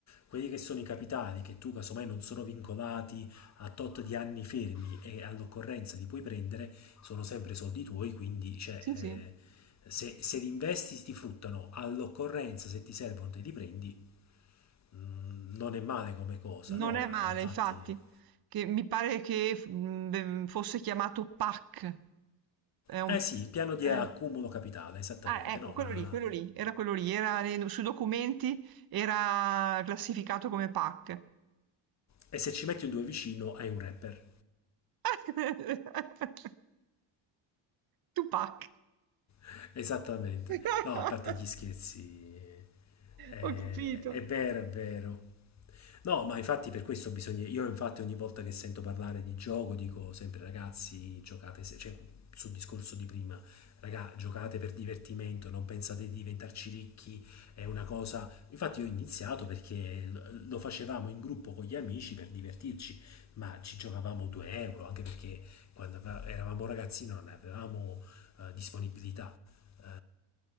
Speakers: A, on the left (about 35°); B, on the right (about 50°).
A: quelli che sono i capitali che tu casomai non sono vincolati a tot di anni fermi e all'occorrenza li puoi prendere, sono sempre soldi tuoi, quindi cioè,
B: sì, sì,
A: eh, se, se li investi ti fruttano all'occorrenza, se ti servono te li prendi, mh, non è male come cosa,
B: non
A: no,
B: è
A: ma
B: male,
A: infatti...
B: infatti, che mi pare che mh, fosse chiamato PAC. È un...
A: Eh sì, il piano di
B: eh.
A: accumulo capitale, esattamente,
B: Ah, ecco,
A: no,
B: quello
A: ma...
B: lì, quello lì, era quello lì, era nei- sui documenti era classificato come PAC.
A: E se ci metti un due vicino hai un rapper.
B: <laughs> Tupac.
A: <laughs> Esattamente.
B: <laughs>
A: No, a parte gli scherzi, eh,
B: Ho capito.
A: è vero, è vero. No, ma infatti per questo bisogna... Io infatti ogni volta che sento parlare di gioco dico sempre ragazzi, giocate, se... cioè sul discorso di prima, raga, giocate per divertimento, non pensate di diventarci ricchi, è una cosa... Infatti io ho iniziato perché l- lo facevamo in gruppo con gli amici per divertirci, ma ci giocavamo 2 euro, anche perché quando ave- eravamo ragazzini non avevamo eh, disponibilità eh,